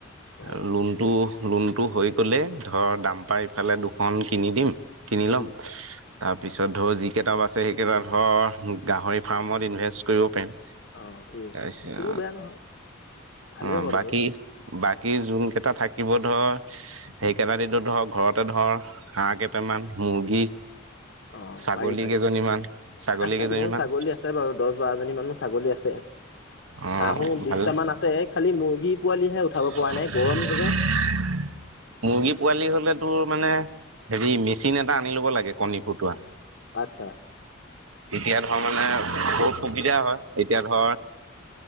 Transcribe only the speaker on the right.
আৰু লোনটো লোনটো হৈ গ'লেই ধৰ দাম পাৰ ইফালে দুখন কিনি দিম,। কিনি লম,
তাৰপিছত ধৰ যিকেইটা বাছে সেইকেইটা ধৰ গাহৰি ফাৰ্মত ইনভেষ্ট কৰিব পাৰিম।
আছা
অ
বাকি
বী যোন কেইটা থাকিব ধৰ সেইকেইটা দো ধৰ ঘৰতে ধৰ হাঁহ কেইটামান <unintelligible>
ছাগলী
কেইজনীমান ছাগলী
কেইজনীমান
অ
ভাল
<unintelligible>
মুৰ্গী পোৱালি হলেতো মানে হেৰি মেচিন এটা আনি ল'ব লাগে কণী ফুটোৱা।
এতিয়া ধৰ মানে বহুত সুবিধা হয়, এতিয়া ধৰ